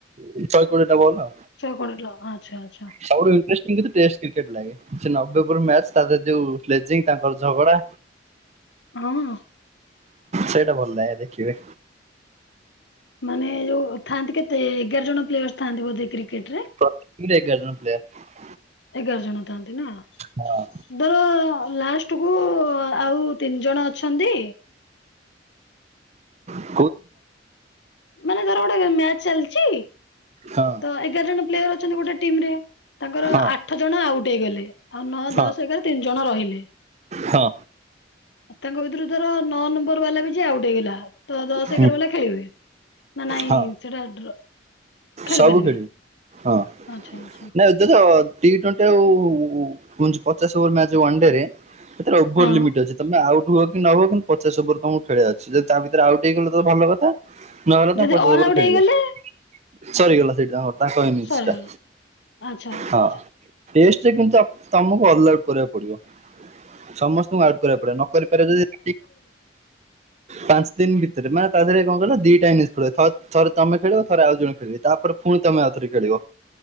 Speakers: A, on the right; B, on the left.
A: ହଁ ଶହେ କୋଡିଏଟା ବଲ୍ ଆଉ।
B: ଶହେ କୋଡିଏ ଟଙ୍କା ଆଚ୍ଛା ଆଚ୍ଛା
A: ସବୁଠୁ ଇଣ୍ଟ୍ରେଷ୍ଟିଙ୍ଗ କିନ୍ତୁ ଟେଷ୍ଟ କ୍ରିକେଟ୍ ଲାଗେ। ସେ ନବେ ଓଭର ମ୍ୟାଚ୍ ତା ଧେରେ ଯୋଉ ଗ୍ଲେଜିଙ୍ଗ ତାଙ୍କର ଝଗଡା
B: ହଁ
A: ସେଇଟା ଭଲ ଲାଗେ ଦେଖିବେ।
B: ମାନେ ଯୋଉ ଥାନ୍ତି କେତେ ଏଗାର ଜଣ ପ୍ଲେୟର ଥାନ୍ତି ବୋଧେ କ୍ରିକେଟରେ?
A: ପ୍ରତି ଏଗାର ଜଣ ପ୍ଲେୟର।
B: ଏଗାର ଜଣ ଥାନ୍ତି ନା।
A: ହଁ
B: ଧର ଲାଷ୍ଟକୁ ଆଉ ତିନି ଜଣ ଅଛନ୍ତି
A: ଆ <inaudible>
B: ମାନେ ତାର ଗୋଟେ ମ୍ୟାଚ ଚାଲିଛି
A: ହଁ
B: ତ ଏଗାର ଜଣ ପ୍ଲେୟର ଅଛନ୍ତି ଗୋଟେ ଟିମ ରେ ତାଙ୍କର
A: ହଁ
B: ଆଠ ଜଣ ଆଉଟ୍ ହେଇଗଲେ ଆଉ ନଅ
A: ହଁ
B: ଦଶ ଏଗାର ତିନି ଜଣ ରହିଲେ
A: ହଁ
B: ତାଙ୍କ ଭିତରୁ ଧର ନଅ ନମ୍ବର ବାଲା ବି ଯିଏ ଆଉଟ୍ ହେଇଗଲା ତ ଦଶ
A: ହୁଁ,
B: ଏଗାର ବାଲା ଖେଳିବେ ନାଁ ନାଇ
A: ହଁ
B: ସେଟା ଡ୍ର ଖେଳି
A: ସବୁ
B: ପାରିବେ
A: ଖେଳିବେ ହଁ
B: ଆଚ୍ଛା ଆଚ୍ଛା
A: ନାଇ ଦେଖ ଟି ଟୋ ଣ୍ଟି ପଚାଶ ଓଭର୍ ମ୍ୟାଚ ୱାନ୍ ଡେରେ ଓଭର୍
B: ହଁ
A: ଲିମିଟ୍ ଅଛି ତମେ ଆଉ ହୁଅ କି ନ ହୁଅ କି ପଚାଶ ଉପରେ ତମକୁ ଖେଳିବାର ଅଛି ଯଦି ତା ଭିତରେ ଆଉଟ ହେଇ ଗଲ ତ ଭଲ କଥା। ନହେଲେ ତମେ
B: ଯଦି
A: ପଚାଶ
B: ଅଲ୍
A: ଓଭର୍
B: ଆଉଟ୍
A: ଖେଳିବ।
B: ହେଇଗଲେ
A: ସରିଗଲା ସେଇଠି ତାଙ୍କର ତାଙ୍କ ଇନଂଷ୍ଟା
B: ସରିଗଲା ଆଚ୍ଛା ଆଚ୍ଛା
A: ହଁ
B: ଆଚ୍ଛା
A: ଟେଷ୍ଟ ରେ କିନ୍ତୁ ତମକୁ ଅଲ ଆଉଟ କରିବାକୁ ପଡିବ। ସମସ୍ତଙ୍କୁ ଆଉଟ କରିବାକୁ ପଡିବ ନ କରିପାରିବା ଯଦି ପାଞ୍ଚ ଦିନ ଭିତରେ ମାନେ ତା ଦେହେରେ କଣ କହିଲ ଦିଟା ଇନିସ୍ଖେଳିବ ଥରେ ତମେ ଖେଳିଵ ଥରେ ଆଉ ଜଣେ ଖେଳିବେ ତାପରେ ପୁଣି ତମେ ଆଉଥରେ ଖେଳିବ